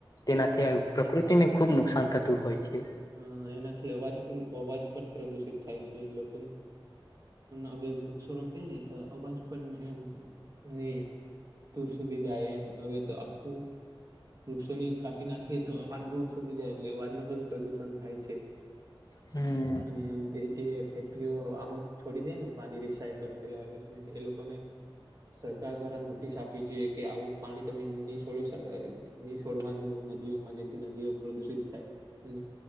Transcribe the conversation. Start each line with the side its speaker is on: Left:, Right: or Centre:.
Left: તેનાથી પ્રકૃતિને ખુબ નુકસાન થતું હોય છે.
Right: હમ્મ એનાથી અવાજ અવાજ પણ પ્રદુષિત થાય છે લોકો હવે વૃક્ષો રોપે ને તો અવાજ પણ એમ ને. દૂર સુધી જાય એમ હવે તો આખું વૃક્ષોની કાપી નાખીએ તો અવાજ દૂર સુધી જાય એટ અવાજ નો પણ પ્રદૂષણ થાય છે.
Left: હમ્મ
Right: અને એ જે ફેક્ટરીઓ આમ જ છોડી દે ને પાણી રિસાયકલ કર્યા વગરને એ લોકોને સરકાર દ્વારા નો નોટિસ આપવી જોઈએ કે આવું પાણી તમે નહી સોડ્યું ન છોડવાનું નદીઓમાં જેથી નદીઓ પ્રદૂષિત થાય અને